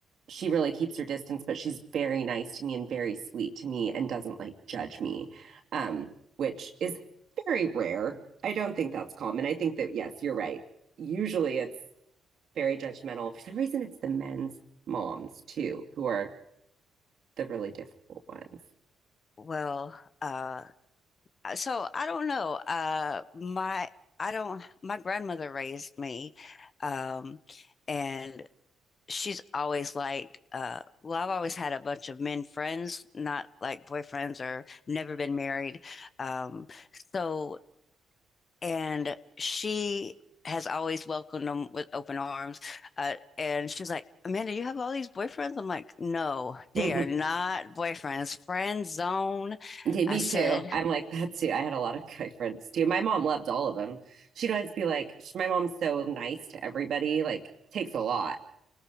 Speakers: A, on the right (about 55°); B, on the left (about 45°).
A: she really keeps her distance, but she's very nice to me and very sweet to me and doesn't like judge me. Um, which is very rare. I don't think that's common. I think that yes, you're right. Usually it's very judgmental. For some reason, it's the men's moms too who are the really difficult ones.
B: well, uh, Uh, So I don't know. Uh, my I don't. My grandmother raised me, um, and she's always liked. Uh, well, I've always had a bunch of men friends, not like boyfriends, or never been married. Um, so and she has always welcomed them with open arms. Uh, and she's like, Amanda, you have all these boyfriends? I'm like, no, they are
A: <laughs>
B: not boyfriends. Friend zone.
A: Okay, me
B: I said,
A: too. I'm like that too. I had a lot of guy friends too. My mom loved all of them. She'd always be like, sh- my mom's so nice to everybody, like, takes a lot.